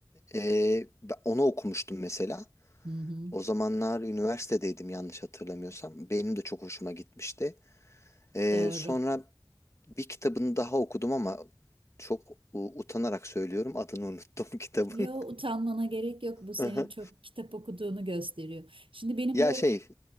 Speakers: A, on the left (about 35°); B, on the right (about 85°).
A: e, ben onu okumuştum mesela.
B: Hı hı,
A: O zamanlar üniversitedeydim yanlış hatırlamıyorsam. Benim de çok hoşuma gitmişti. Ee,
B: doğru.
A: sonra bir kitabını daha okudum ama çok u- utanarak söylüyorum adını unuttum <laughs> kitabın.
B: Yo utanmana gerek yok. Bu senin
A: Hı hı.
B: çok kitap okuduğunu gösteriyor. Şimdi benim
A: Ya
B: bu
A: şey